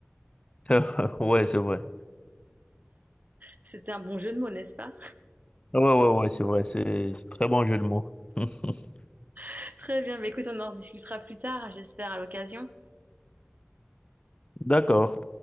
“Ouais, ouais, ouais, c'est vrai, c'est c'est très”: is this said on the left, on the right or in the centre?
Left